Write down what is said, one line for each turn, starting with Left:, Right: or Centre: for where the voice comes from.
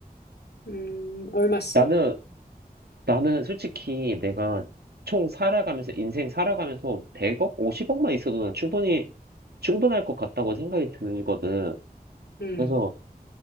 Left: 음, 얼마씩?
Right: 나는 나는 솔직히 내가 총 살아가면서, 인생 살아가면서 100억, 50억만 있어도 난 충분히, 충분할 것 같다고 생각이 드거든.
Left: 음,
Right: 그래서